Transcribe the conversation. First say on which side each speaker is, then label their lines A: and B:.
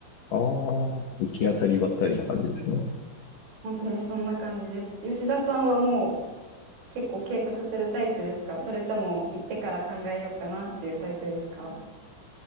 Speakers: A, on the left; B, on the right.
A: ああ、行き当たりばったりな感じですね。
B: 本当にそんな感じです。吉田さんはもう結構計画するタイプですかそれとも行ってから考えようかなっていうタイプですか